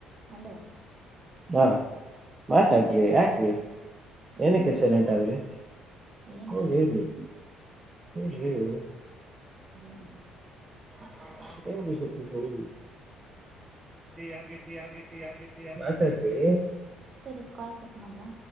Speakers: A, on the right (about 45°); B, on the right (about 30°).
A: ಹಲೋ
B: ಹಾ ಮಾತಾಡ್ರಿ
A: ಹೇಳಿ
B: ಯಾಕ್ರೀ. ಏನಕ್ಕೆ
A: ಏನು ಮಾತಾಡಬೇಕು
B: ಸೈಲಂಟಾದ್ರ ಹ
A: ಏನಿಲ್ಲ
B: ಹೋಗಿ.
A: ಹೇಳಿ
B: ಹೇಳಿ ಹೇಳಿ ಹೇಳಿ.
A: ಏನಿಲ್ಲ
B: <unintelligible> <unintelligible> ಮಾತಾಡ್ರಿ
A: ಸರಿ ಕಾಲ್ ಕಟ್ ಮಾಡ್ಲಾ.